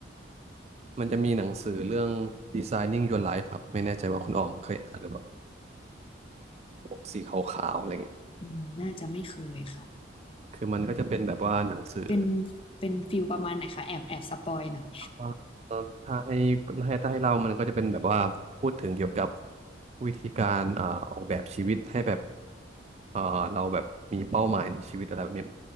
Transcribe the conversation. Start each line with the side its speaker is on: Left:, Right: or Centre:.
Right: มันจะมีหนังสือเรื่อง Designing Your Life ครับไม่แน่ใจว่าคุณออมเคยอ่านหรือเปล่าปกสีขาวๆอะไรเงี้ย
Left: อืมน่าจะไม่เคยค่ะ
Right: คือมันก็จะเป็นแบบว่าหนังสือ
Left: เป็นเป็นฟิลประมาณไหนคะแอบแอบสปอยหน่อย
Right: เอ่อถ้าให้ให้ถ้าให้เรามันก็จะเป็นแบบว่าพูดถึงเกี่ยวกับวิธีการเอ่อออกแบบชีวิตให้แบบเอ่อเราแบบมีเป้าหมายในชีวิตอะไรแบบนี้